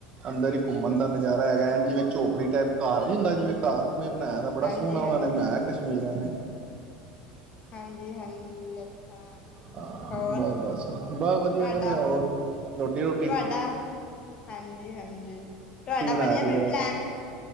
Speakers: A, on the right (about 40°); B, on the left (about 40°).
A: ਅੰਦਰ ਹੀ ਘੁੰਮਣ ਦਾ ਨਜ਼ਾਰਾ ਹੈਗਾ ਹੈ ਜਿਵੇਂ ਝੋਪੜੀ ਟਾਈਪ ਕਾਰ ਨਹੀਂ ਹੁੰਦਾ ਜਿਵੇਂ ਕਾਰ ਉਵੇਂ ਬਣਾਇਆਾ ਬੜਾ
B: ਹਾਂਜੀ,
A: ਸੋਹਣਾ ਉਹਨਾਂ
B: ਹਾਂਜੀ।
A: ਨੇ ਬਣਾਇਆ ਕਸ਼ਮੀਰ ਆਲਿਆਂ ਨੇ।
B: ਹਾਂਜੀ, ਹਾਂਜੀ ਅੱਛਾ
A: ਬਸ-
B: ਹੋਰ
A: ਬਸ- ਬਸ
B: ਤੁਹਾਡਾ,
A: ਵਧੀਆ- ਵਧੀਆ ਹੋਰ ਰੋਟੀ ਰੁ
B: ਤੁਹਾਡਾ ਹਾਂਜੀ- ਹਾਂਜੀ ਤੇ ਤੁਹਾਡਾ
A: ਕੀ ਬਣਾਇਆ
B: ਬਣਿਆ
A: ਸੀ
B: ਕੋਈ
A: ਫੇਰ ਅੱਜ
B: ਪਲੈਨ